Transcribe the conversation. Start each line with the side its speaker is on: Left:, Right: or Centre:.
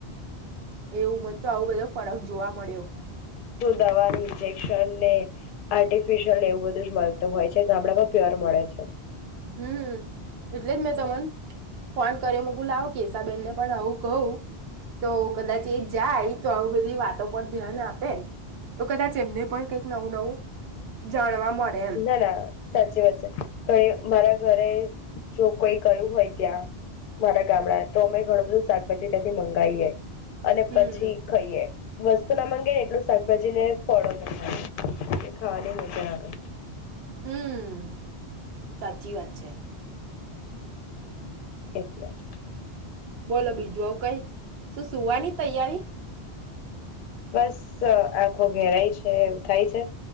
Right: એવું મને તો આવો બધો ફરક જોવા મળ્યો.
Left: દવા, ઇન્જેક્શન ને, આર્ટિફિશયલને એવું બધું જ મળતું હોય છે. ગામડામાં પ્યોર મળે છે.
Right: હમ્મ એટલે જ મેં તમન ફોન કર્યો મોકુલાવો કેશાબેનને પણ આવું કહું તો કદાચ એ જાય તો આવી બધી વાતો પર ધ્યાન આપે તો કદાચ એમને પણ કઈક નવું નવું જાણવા મળે એમ
Left: ના ના સાચી વાત છે. ગ મારા ઘરે જો કોઈ ગયું હોય ત્યાં મારા ગામડા તો અમે ઘણું બધું શાકભાજી ત્યાંથી મંગાવીએ. અને
Right: હમ
Left: પછી ખાઈએ. વસ્તુ ના માંગે ને એટલું શાકભાજી ને ફળો મંગાવે. ખાવાની મજા આવે.
Right: હમ્મ. સાચી વાત છે.
Left: એટલેજ.
Right: બોલો બીજું અવ કઈ શું સુવાની તૈયારી?
Left: બસ આખો ઘેરાય છે એવું થાય છે